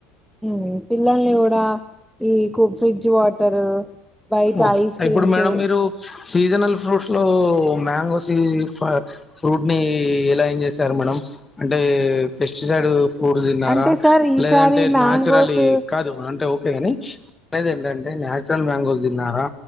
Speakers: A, in the centre; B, on the left.
A: హ్మ్ పిల్లల్ని కూడా ఈ కూ ఫ్రిడ్జ్ వాటరు బయట
B: ఓకె
A: ఐస్ క్రీమ్స్
B: ఇప్పుడు మేడం మీరు సీజనల్ ఫ్రూట్స్ లో మ్యాంగోస్ ఫా ఫ్రూట్ ని ఎలా ఏం చేసారు మనం అంటే పెస్టిసైడ్ ఊరు తిన్నారా
A: అంటే సార్ ఈసారి
B: లేదంటే
A: మ్యాంగోస్
B: నాచురల్ కాదు అంటే అంతేగానీ నేననేది ఏంటంటే నాచురల్ మ్యాంగోల్స్ తిన్నారా